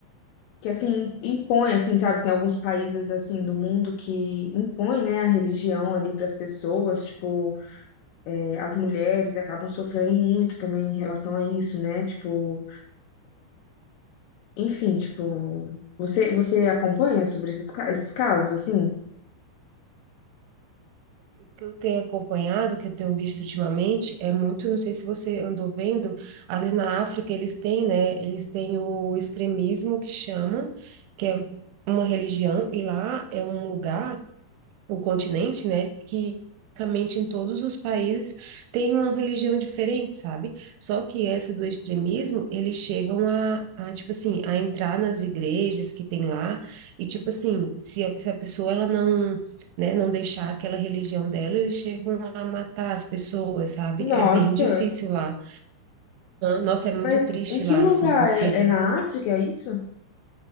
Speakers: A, on the left; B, on the right.
A: que assim impõe, assim, sabe? Tem alguns países assim do mundo que impõe, né, a religião ali para as pessoas, tipo, eh, as mulheres acabam sofrendo muito também em relação a isso, né? Tipo, enfim, tipo, você você acompanha sobre esses, ca- esses casos assim?
B: O que eu tenho acompanhado, que eu tenho visto ultimamente, é muito, não sei se você andou vendo, ali na África eles têm, né? Eles têm o extremismo que chama, que é uma religião, e lá é um lugar. o continente, né? Que basicamente em todos os países tem uma religião diferente, sabe? Só que essa do extremismo, eles chegam a, a, tipo assim, a entrar nas igrejas que tem lá e, tipo assim, se a, se a pessoa ela não, né, não deixar aquela religião dela, eles chegam a matar as pessoas, sabe?
A: Nossa,
B: É bem difícil lá. Nossa, é muito
A: mas
B: triste
A: em que
B: lá,
A: lugar
B: assim, porque
A: é, é na África é isso?